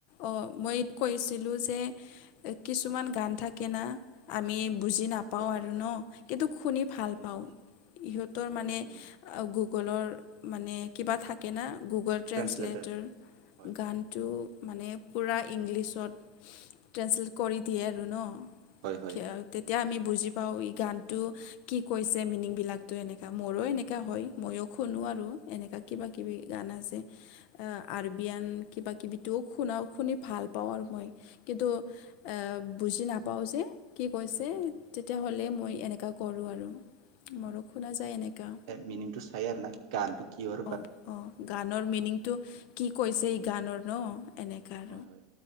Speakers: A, on the left; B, on the right.
A: অ মই এইটো কৈছিলো যে কিছুমান গান থাকে না আমি বুজি নাপাওঁ
B: হয়
A: আৰু ন, কিন্তু শুনি ভাল
B: উম
A: পাওঁ।
B: উম
A: ইহঁতৰ মানে
B: উম
A: গুগলৰ মানে কিবা থাকে না গুগল ট্ৰেঞ্চলেটৰ
B: ট্ৰেঞ্চলেটাৰ হয়
A: গানটো মানে পূৰা ইংলিছত ট্ৰেঞ্চলেট কৰি দিয়ে আৰু ন
B: হয় হয়
A: <unintelligible> তেতিয়া আমি বুজি পাওঁ, এই গানটো কি কৈছে মিনিংবিলাক। তো এনেকুৱা মোৰো এনেকুৱা
B: উম উম
A: হয়, ময়ো শুনো
B: উম।
A: আৰু এনেকুৱা কিবা কিবি গান আছে। আৰবিয়ান কিবা কিবি শুনাও শুনি ভাল পাওঁ আৰু মই কিন্তু, এ বুজি নাপাওঁ যে কি
B: ট্ৰেঞ্চলেট
A: কৈছে তেতিয়াহ'লে মই এনেকুৱা কৰোঁ আৰু মোৰো শুনা যায় এনেকুৱা।
B: মিনিংতটো চাই আৰু না গান টো কি হয়।
A: অ অ গানৰ মিনিংটো কি কৈছে এই
B: উম,
A: গানৰ ন এনেকা,
B: হয় হয়